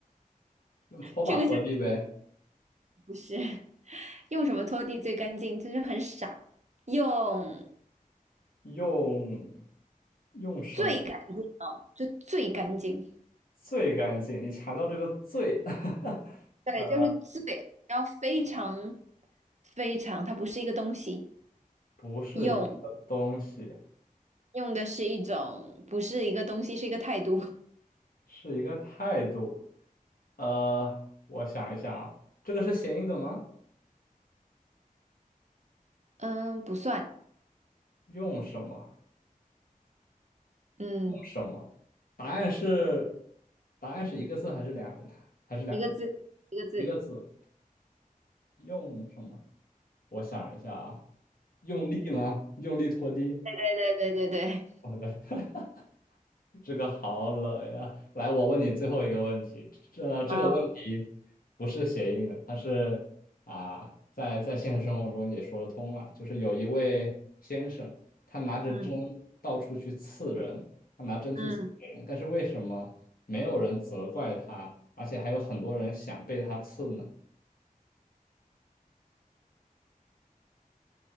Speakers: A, on the left; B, on the right.
A: 用拖把拖地呗。
B: 这个就不是 <laughs> 用什么拖地最干净，就是很傻。用
A: 用用什么
B: 最干净哦，就最干净，
A: 最干净？你查到这个最，<laughs>
B: 对，
A: 呃，
B: 就是最，然后非常非常，它不是一个东西，
A: 不是一个东西，
B: 用用的是一种，不是一个东西，是一个态度。
A: 是一个态度。呃，我想一想啊，这个是谐音梗吗？
B: 嗯，不算，
A: 用什么？
B: 嗯，
A: 用什么？答案是，答案是一个字还是两，还是两个？
B: 一个字，一个字，
A: 一个字。用什么？我想一下啊，用力吗？用力拖地？
B: 对对对对对对。
A: 我的，<laughs> 这个好冷呀！来，我问你最后一个问题，这这个问题不是谐音的，
B: <laughs>
A: 它是啊，在在现实生活中也说得通了，就是有一位先生，他拿着针到处去刺人，
B: 嗯
A: 他拿针去刺别人，
B: 嗯，
A: 但是为什么没有人责怪他，而且还有很多人想被他刺呢？